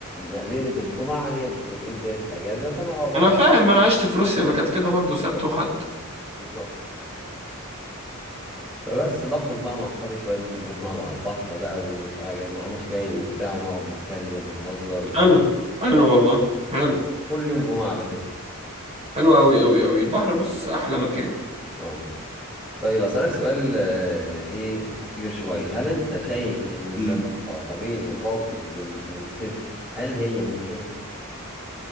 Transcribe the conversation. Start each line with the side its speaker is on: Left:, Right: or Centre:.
Centre: آه، ليلة الجمعة هي بتكون ايه بداية الأجازة فأنا اه بخرج
Right: أنا فاهم أنا عشت في روسيا ما كانت كده برضه سبت وحد
Centre: بالظبط فبس بخرج بقى مع أصحابي شوية ممكن نروح نقعد على البحر بقى ويبقى جاي معانا شاي وبتاع ونقعد نتكلم ونهزر وكده
Right: حلو حلو والله حلو
Centre: آه. كل يوم جمعة على كده
Right: حلو أوي أوي أوي البحر بص أحلى مكان
Centre: اه طيب أسألك سؤال آه، إيه خطير شوية هل أنت شايف إن الصداقة
Right: امم
Centre: ما بين الراجل وال- والست هل هي ممكنة؟